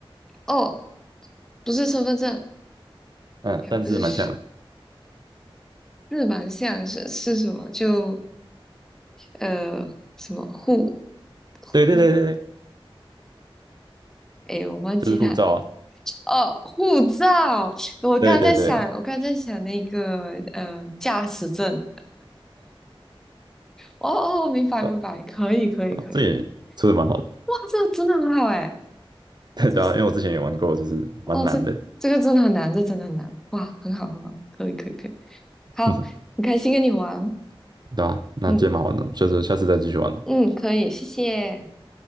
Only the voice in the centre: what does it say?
哦，不是身份证，
也不是，
日蛮像是是什么？就呃什么护
护，哎，我忘记它
哦，护照。我刚才在想，
我刚才在想那个呃驾驶证。哦哦，明白明白，
可以可以可以可以。
哇，这个真的很好哎，
这
哦这这个真的很难，这真的很难。哇，很好很好，可以可以可以。好，
很开心跟你玩。
嗯
嗯，可以，谢谢，